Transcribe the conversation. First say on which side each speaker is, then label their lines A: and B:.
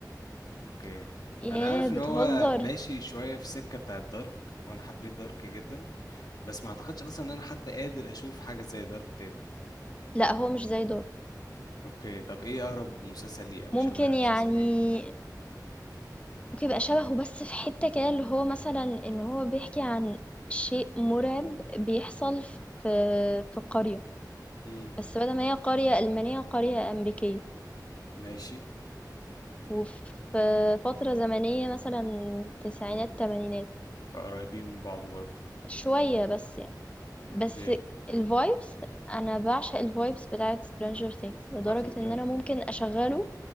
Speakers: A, on the left; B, on the left.
A: اوكي
B: ياه
A: انا عارف
B: بتهزر
A: ان هو ماشي شوية في سكة بتاعت دارك وانا حبيت دارك جدا بس ما اعتقدش اصلا ان انا حتى قادر اشوف حاجة زي دارك تاني
B: لا هو مش زي دور
A: اوكي طب ايه اقرب مسلسل ليه او
B: ممكن
A: شبه مسلسل
B: يعني
A: ايه
B: ممكن يبقى شبهه بس في حتة كده اللي هو مثلا ان هو بيحكي عن شيء مرعب بيحصل في في قرية
A: امم
B: بس بدل ما هي قرية ألمانية قرية أمريكية
A: ماشي
B: وفي فترة زمنية مثلًا تسعينات تمانينات
A: فقريبين من بعض برضو
B: شوية بس يعني،
A: اوكي
B: بس الvibes أنا باعشق الvibes بتاعة Stranger Things لدرجة
A: على فكرة
B: إن أنا ممكن أشغّله